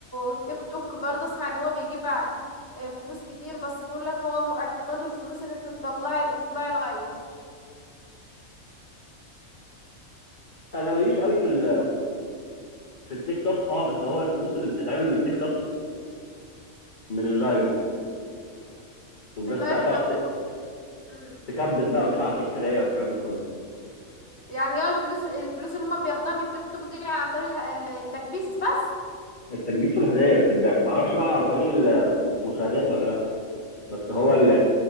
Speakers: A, on the left; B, on the left.
A: تيك توك برضو اسمع ان هو بيجيب ع- آه، فلوس كتير بس بيقول لك هو م- اعتماده الفلوس انك تطلعي تطلعي لايف
B: انا ماليش قوي في ال- في التيك توك
A: م-
B: اه بس هو الفلوس اللي بتتعمل من التيك توك من اللايف
A: م.
B: والناس
A: من اللايف
B: بقى تقعد
A: اللي هو
B: ت-
A: بلو... م.
B: تكبس بقى وتبعت لك هدايا والكلام ده كله
A: يعني هو الفلوس الفلوس اللي هم بياخدوها من التيك توك دي عن طريق اله- ال- التكبيس بس
B: التكبيس والهدايا اللي بتتبعت ما اعرفش بقى عن طريق المشاهدات ولا لا بس هو ال-